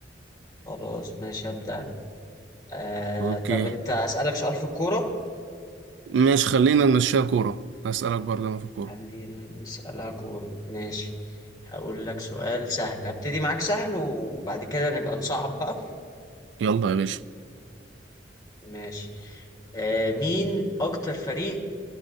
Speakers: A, on the left; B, on the right.
A: خلاص ماشي هبدأ أنا. آه
B: اوكي
A: طب انت اسألك سؤال في الكورة
B: ماشي خلينا نمشيها كورة هسألك برضو انا في الكورة
A: خلينا نسألها كورة ماشي هقول لك سؤال سهل هبتدي معاك سهل وبعد كده نبقى نصعب بقى
B: يلا يا باشا
A: ماشي آه مين اكتر فريق